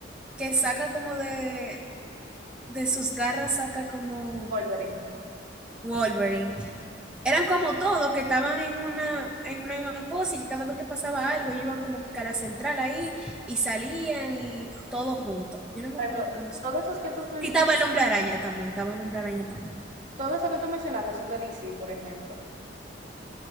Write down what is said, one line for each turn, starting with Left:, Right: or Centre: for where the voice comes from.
Centre: que saca como de, de sus garras, saca como
Right: Wolverine.
Centre: Wolverine. Eran como todos que estaban en una, en una misma cosa y que cada vez que pasaba algo, ellos iban como que a la central ahí y salían y todos juntos. Yo no me
Right: Por
Centre: acuerdo
Right: ejemplo,
Centre: cómo se.
Right: todos esos que tú menc-
Centre: Y estaba el hombre araña también, estaba el hombre araña también.
Right: todo eso que tú mencionaste son de DC, por ejemplo.